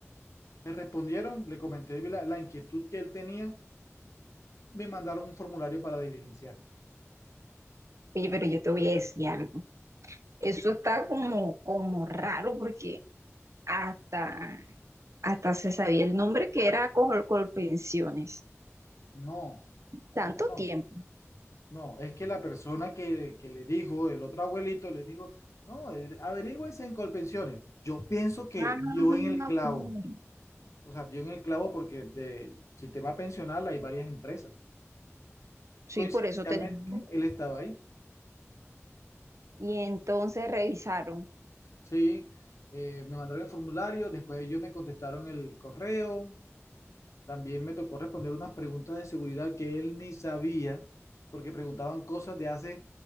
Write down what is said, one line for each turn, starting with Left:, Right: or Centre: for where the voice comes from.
Left: Me respondieron, le comenté la, la inquietud que él tenía, me mandaron un formulario para diligenciar.
Right: oye, pero yo te voy a decir algo. Eso está como, como raro porque hasta, hasta se sabía el nombre que era Col Colpensiones.
Left: No,
Right: Tanto
Left: no, no.
Right: tiempo.
Left: No, es que la persona que, que le dijo, el otro abuelito le dijo, no, eh, averígüense en Colpensiones. Yo pienso que
Right: Ah,
Left: dio en el clavo,
Right: ok.
Left: o sea, dio en el clavo porque del sistema pensional hay varias empresas.
Right: Sí,
Left: Coincidencialmente,
Right: por eso te digo.
Left: él estaba ahí,
Right: Y entonces revisaron.
Left: sí, eh, me mandaron el formulario, después ellos me contestaron el correo, También me tocó responder unas preguntas de seguridad que él ni sabía, porque preguntaban cosas de hace